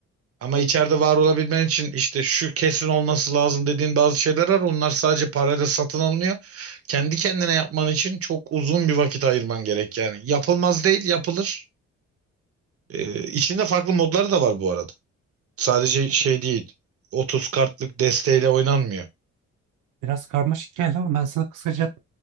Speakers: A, on the right; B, on the right.
A: Ama içeride var olabilmen için işte şu kesin olması lazım dediğin bazı şeyler var. Onlar sadece parayla satın alınıyor. Kendi kendine yapman için çok uzun bir vakit ayırman gerek yani. Yapılmaz değil, yapılır. Ee, içinde farklı modlar da var bu arada. Sadece
B: Anladım.
A: şey değil. 30 kartlık desteğiyle oynanmıyor.
B: Biraz karmaşık geldi ama ben sana kısaca